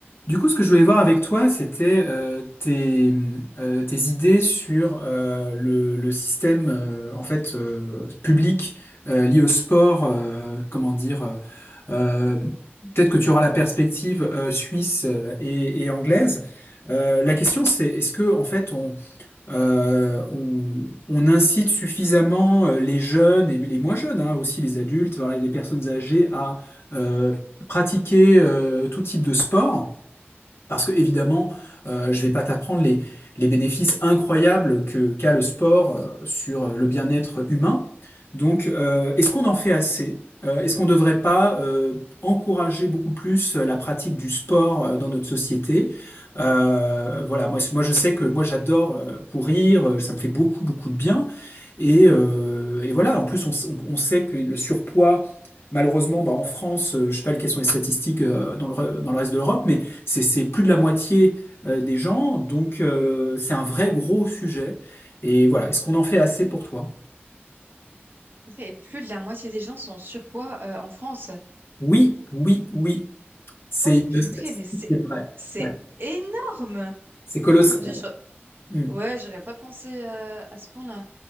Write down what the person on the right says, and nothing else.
Tout à fait. Et plus de la moitié des gens sont en surpoids euh, en France.
Oh
purée,
mais c'est
c'est
énorme.
Ah mon Dieu, je...
ouais, j'aurais pas pensé euh, à ce point-là.